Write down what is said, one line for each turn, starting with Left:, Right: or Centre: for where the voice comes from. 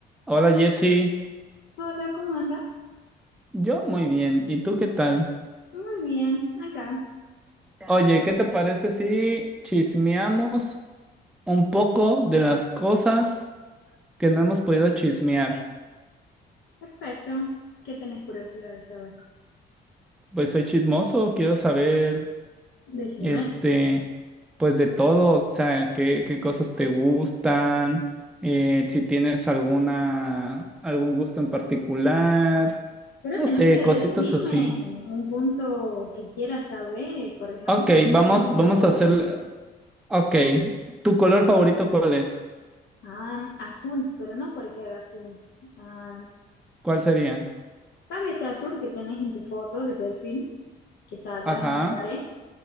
Centre: Hola Jessy,
Left: Hola, ¿cómo anda?
Centre: yo muy bien, ¿y tú qué tal?
Left: Muy bien, acá.
Centre: Oye, ¿qué te parece si chismeamos un poco de las cosas que no hemos podido chismear?
Left: Perfecto. ¿Qué tenés curiosidad de saber?
Centre: Pues soy chismoso, quiero saber,
Left: Decime.
Centre: este, pues de todo, o sea, qué, qué cosas te gustan, eh, si tienes alguna, algún gusto en particular,
Left: Pero
Centre: no
Left: tenés
Centre: sé,
Left: que
Centre: cositas
Left: decirme
Centre: así.
Left: un punto que quieras saber. Por ejemplo,
Centre: Ok,
Left: me
Centre: vamos,
Left: gustan muchas
Centre: vamos
Left: cosas.
Centre: a hacer, ok, ¿tu color favorito cuál es?
Left: Ah, azul, pero no cualquier azul. Ah,
Centre: ¿Cuál sería?
Left: ¿sabes este azul que tenés en tu foto de perfil? Que está atrás
Centre: Ajá,
Left: de la pared.